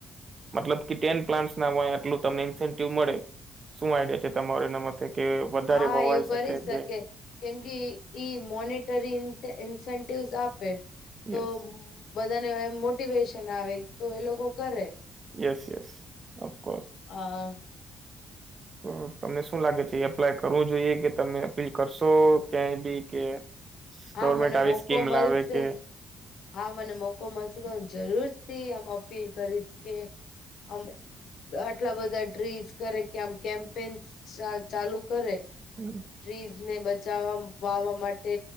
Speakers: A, on the right; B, on the left.
A: મતલબ કે ટેન પ્લાન્ટસ ના હોય આટલું તમને ઇન્સેન્ટિવ મળે શું આઈડિયા છે તમારે એના. કે કે વધારે
B: હા
A: વવાઈ
B: એવું
A: શકે
B: કરી
A: કે.
B: કેમ કે ઈ મોનિટરી ઇન ઇન્સેન્ટિવસ આપે તો.
A: યસ
B: બધાને એમ મોટિવેશન આવે તો એ લોકો કરે.
A: Yes yes. ઓફકોર્સ
B: અ
A: તો તમને શું લાગે છે એપ્લાય કરવું જોઈએ કે તમે અપીલ કરશો ક્યાંય બી કે.
B: હા
A: ગવર્મેન્ટ
B: મને
A: આવી
B: મોકો
A: સ્કીમ
B: મલશે.
A: લાવે કે
B: હા મને મોકો મળશે તો હું જરૂર થી આમ અપીલ કરીશ કે. અમે. આટલા બધા ડ્રીમસ કરે કે આમ કેમ્પેન્સ ચાલુ કરે.
A: હમ્મ.
B: ટ્રીઝ ને બચાવવા વાવા માટે